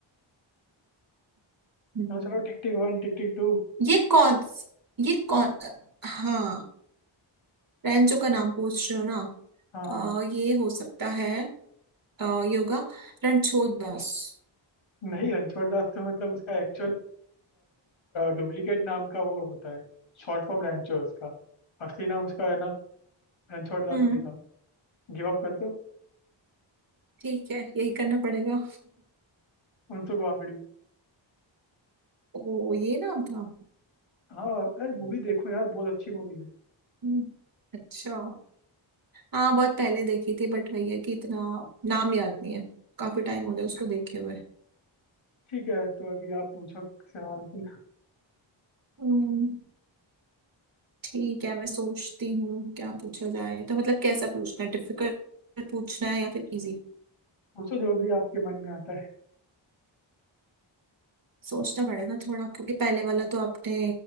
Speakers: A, on the right; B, on the left.
A: हम्म।
B: चलो चलो tick tick one tick tick two
A: ये कौन ये कौन हाँ रैंचो का नाम पूछ रहे हो ना
B: हाँ हाँ
A: आ, ये हो सकता है आ, योगा रणछोड़ दास
B: नहीं रणछोड़ दास तो मतलब उसका एक्चुअल डुप्लीकेट नाम का वो होता है शॉर्ट फॉर्म रैंचो है उसका असली नाम उसका है ना रणछोड़ दास
A: हम्म
B: नहीं था गिव अप कर दो
A: ठीक है यही करना पड़ेगा
B: उनसुक वामिडू
A: ओ ये नाम था
B: हाँ अरे मूवी देखो यार बहुत अच्छी मूवी है
A: हम्म, अच्छा हाँ बहुत पहले देखी थी बट वही है कि इतना नाम याद नहीं है काफी टाइम हो गया उसको देखे हुए
B: ठीक है तो अभी आप पूछो सवाल फिर
A: हम्म ठीक है मैं सोचती हूँ क्या पूछा जाए तो मतलब कैसा पूछना है डिफिकल्ट पूछना है या फिर इजी
B: पूछो जो भी आपके मन में आता है
A: सोचना पड़ेगा थोड़ा क्योंकि पहले वाला तो आपने